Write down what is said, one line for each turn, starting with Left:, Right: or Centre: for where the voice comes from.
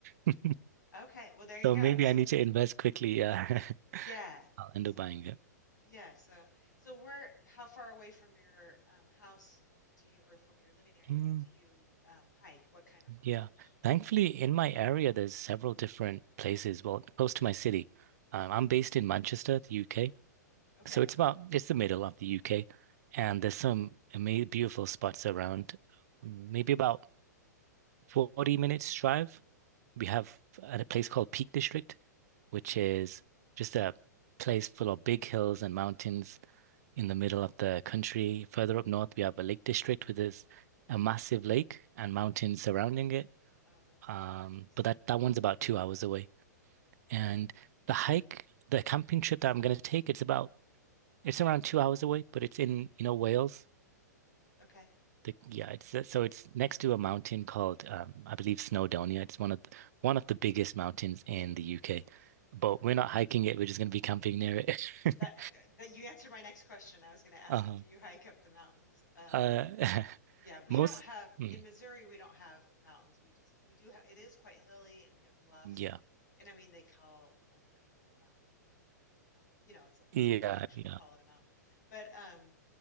Right: <laughs>
Left: Okay. Well, there you
Right: So
Left: go.
Right: maybe
Left: So
Right: I need to invest quickly. Yeah. <laughs>
Left: yeah,
Right: I'll
Left: it's,
Right: end up buying it.
Left: Yeah, so so where how far away from your um, house do you or from your living area
Right: Mm,
Left: do you um, hike? What kind of range?
Right: yeah. Thankfully, in my area, there's several different places. Well, close to my city. Um, I'm based in Manchester, the UK.
Left: Okay.
Right: So it's about, it's the middle of the UK. And there's some amazing, beautiful spots around, Mm, maybe about 40 minutes drive We have at a place called Peak District, which is just a place full of big hills and mountains in the middle of the country. Further up north, we have a lake district with this a massive lake and mountains surrounding it.
Left: Oh, that sounds
Right: Um,
Left: gorgeous.
Right: but that that one's about two hours away. And
Left: Yeah.
Right: the hike, the camping trip that I'm going to take, it's about it's around two hours away, but it's in, you know, Wales.
Left: Okay.
Right: The, yeah, it's uh, so it's next to a mountain called um, I believe Snowdonia. It's one of the, one of the biggest mountains in the UK, but
Left: Oh.
Right: we're not hiking it. We're just going to be camping near it. <laughs>
Left: That, uh, uh, that you answered my next question. I was going to ask,
Right: Uh-huh.
Left: do you hike up the mountains? Um,
Right: Uh, <laughs>
Left: Yeah, we
Right: most
Left: don't have
Right: mm,
Left: in Missouri, we don't have mountains. We just we do have it is quite hilly and we have bluffs.
Right: yeah,
Left: And I mean they call like a couple of mountains, but they're not really mountains. You know, it's like
Right: yeah,
Left: when do you actually
Right: yeah,
Left: call it a mountain? But um